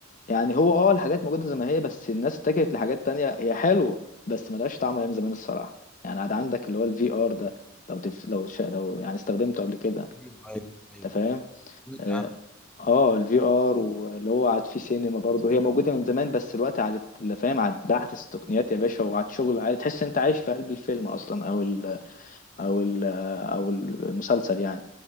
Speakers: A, on the left; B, in the centre.
A: يعني هو اه الحاجات موجوده زي ما هي بس الناس اتجهت لحاجات تانية هي حلوه بس ملهاش طعم ايام زمان الصراحه يعني عاد عندك اللي هو الفي ار ده لو تف... لو ش... لو يعني استخدمته قبل كده
B: ايوه ايوه ايوه
A: انت فاهم
B: سمعت
A: آه،
B: عنه.
A: اه الفي ار واللي هو عاد في سينما برضه هي موجوده من زمان بس الوقت عادت اللي فاهم عاد باحدث التقنيات يا باشا وعاد شغل عاد تحس انت عايش في قلب الفيلم اصلا او ال او ال او المسلسل يعني